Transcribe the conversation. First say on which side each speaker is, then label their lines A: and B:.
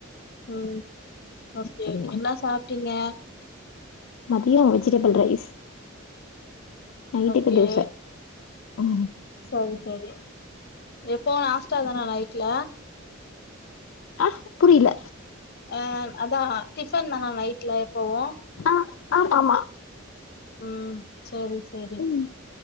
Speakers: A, on the left (about 50°); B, on the left (about 70°).
A: ம் ஓகே
B: சரிமா
A: ஓகே என்ன சாப்ட்டீங்க
B: மதியோ வெஜிடபுள் ரைஸ் நைட்டுக்கு
A: ஓகே
B: தோச ம்
A: சரி சரி எப்பவு நாஸ்டா தானா நைட்ல
B: ஆ புரியல
A: ஆ அதா டிஃபன் தானா நைட்ல எப்பவு
B: ஆ ஆம் ஆமா
A: ம் சரி சரி
B: ம்